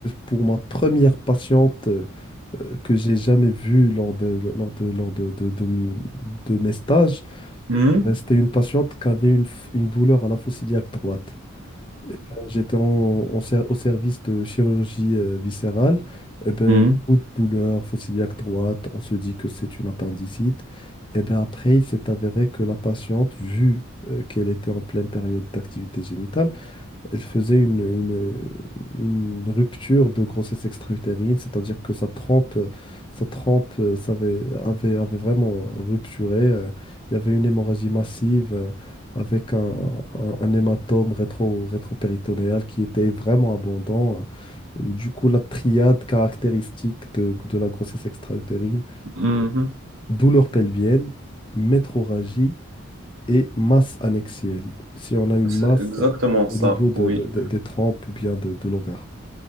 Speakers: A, on the left; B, on the right.
A: pour ma première patiente euh, que j'ai jamais vue lors de, lors de, lors de, de, de m- de mes stages,
B: Mhm.
A: euh, c'était une patiente qui avait une, f- une douleur à la fosse iliaque droite j'étais en, en ser- au service de chirurgie euh, viscérale, et ben,
B: Mhm,
A: coup de douleur fossiliaque droite, on se dit que c'est une appendicite. Et ben après, il s'est avéré que la patiente, vu euh, qu'elle était en pleine période d'activité génitale, elle faisait une, une- une rupture de grossesse extra-utérine, c'est-à-dire que sa trempe, euh, sa trempe euh, s'avait- avait, avait vraiment rupturé. euh, Il y avait une hémorragie massive euh, avec un, un- un hématome rétro, rétropéritonéal qui était vraiment abondant. Euh, Du coup, la triade caractéristique de, de la grossesse extra-utérine,
B: mhm,
A: c'est
B: mhm.
A: douleur pelvienne, métrorragie et masse annexielle. Si on a une
B: C'est
A: masse
B: exactement
A: euh,
B: ça,
A: au niveau de-
B: oui.
A: de- de- des trompes ou bien de, de l'ovaire.